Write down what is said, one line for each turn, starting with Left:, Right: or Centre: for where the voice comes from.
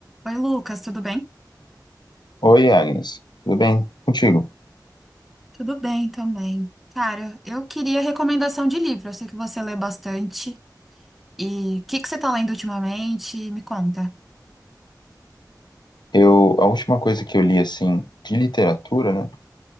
Centre: Oi, Lucas, tudo bem?
Left: Oi, Agnes. Tudo bem contigo?
Centre: Tudo bem também. Cara, eu queria recomendação de livro. Eu sei que você lê bastante. E o que que você tá lendo ultimamente? Me conta.
Left: Eu, a última coisa que eu li, assim, de literatura, né,